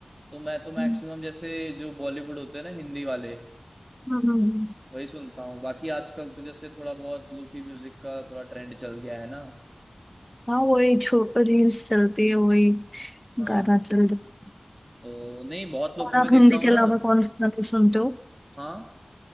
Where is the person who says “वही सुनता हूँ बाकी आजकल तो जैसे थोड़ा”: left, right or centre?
Right